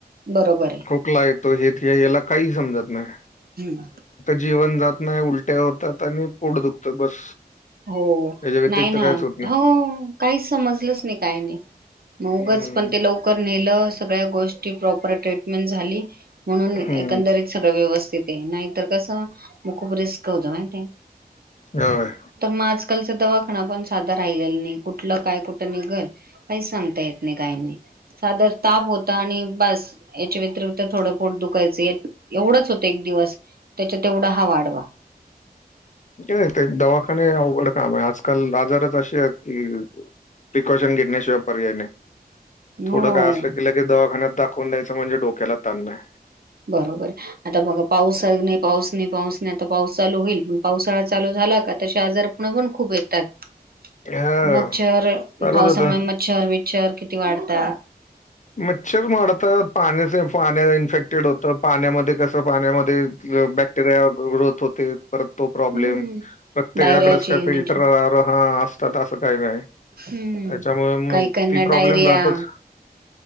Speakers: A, on the right; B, on the left.
A: बरोबर आहे
B: खोकला ये त हे याला काही समजत नाही.
A: हम्म.
B: जीवन जात नाही उलट्या होतात आणि पोटं दुखतं बस.
A: हो
B: याच्या व्यतिरिक्त
A: नाही ना
B: काहीच होत नाही.
A: हो काहीच समजलंच नाही काय नाही मगच
B: हं,
A: पण ते लवकर नेलं स्या गोष्टी प्रॉपर ट्रीटमेंट झाली म्हणून
B: हं.
A: एकरीत सगळ व्यवस्थित ते नाहीतर कसं मग खूप रिस्क होत. <unintelligible>
B: होय.
A: मग आजकालचा दवाखाना पण साधा राहिलेला नाही कुठलं काय कुठं निघल काहीच सांगता येत नाही काही नाही साधा ताप होता आणि बस याच्या व्यतिरिक्त थोडंफ पोट दुःख यच एवढंच होतं एक दिवस त्याच्यात तेवढा हा वाढवा
B: क आहे ते एक दवाखाने ड काम आजकाल आजारच अे आहेत कि प्रिकॉशन घेतण्याशिवाय पर्याय नाही
A: हो
B: थोडं काय असलं गलं की दवाखान्यात दाखवून द्यायचं म्हणजे डोक्याला ताण नही
A: बरोबर आता बघ पाऊस आहे नाही पाऊस नाही पाऊस पाऊस चालू होईल पण पावसाळा चालू झाला का त्या आजार पूर् पण खूप येतात
B: हां.
A: मच्छर
B: चालू
A: पावसामुळे
B: जातं.
A: मच्छर विच्छर किती वाढतात
B: मच्छर मारतात पाण्या पाण्या इन्फेक्टेड होत पाण्यामध्ये कस पाण्यामध्ये बॅक्टेरिया ग्रोथ होते परत् तो प्रॉब्लेम
A: हम्म
B: प्रत्येकाकडेच
A: डायरियाची
B: का फिल्टर
A: म्हणजे
B: हा असतात असं काही नाही
A: हम्म
B: त्याच्यामुळे मग
A: काही काहींना
B: ती प्रॉब्लेम
A: डायरिया
B: राहतच